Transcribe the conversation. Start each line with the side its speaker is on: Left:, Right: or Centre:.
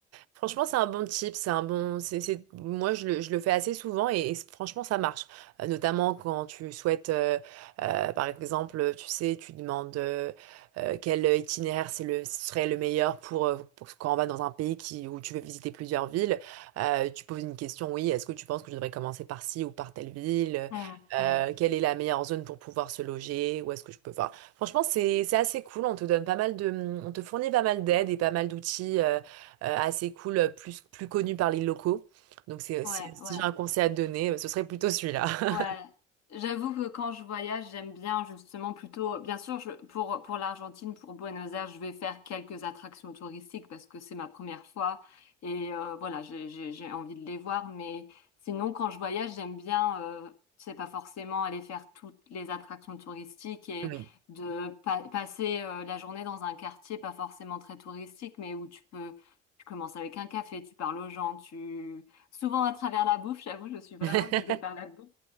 Right: Franchement, c'est un bon tip, c'est un bon, c'est, c'est- moi je le, je le fais assez souvent et, et franchement ça marche. Euh, notamment quand tu souhaites, euh, euh, par exemple, tu sais, tu demandes euh, euh, quel itinéraire c'est le, serait le meilleur pour, euh, pour quand on va dans un pays qui, où tu veux visiter plusieurs villes. Euh, tu poses une question, oui, est-ce que tu penses que je devrais commencer par ci ou par telle ville?
Left: Hmm,
Right: Euh,
Left: hmm.
Right: quelle est la meilleure zone pour pouvoir se loger? Où est-ce que je peux? Enfin, franchement, c'est, c'est assez cool. On te donne pas mal de, on te fournit pas mal d'aide et pas mal d'outils. euh, euh, assez cool, euh, plus, plus connu par les locaux. Donc c'est,
Left: Ouais,
Right: si, si
Left: ouais.
Right: j'ai un conseil à te donner, euh, ce serait plutôt celui-là. <laughs>
Left: Ouais, j'avoue que quand je voyage, j'aime bien justement plutôt, bien sûr, je, pour pour l'Argentine, pour Buenos Aires, je vais faire quelques attractions touristiques parce que c'est ma première fois et euh, voilà, j'ai j'ai j'ai envie de les voir. Mais sinon, quand je voyage, j'aime bien, euh, c'est pas forcément aller faire toutes les attractions touristiques et
Right: Oui.
Left: de pa- passer euh, la journée dans un quartier pas forcément très touristique, mais où tu peux, tu commences avec un café, tu parles aux gens, tu souvent à travers la bouffe. J'avoue, je suis vraiment
Right: Mm.
Left: guidée par
Right: <laughs>
Left: la bouffe.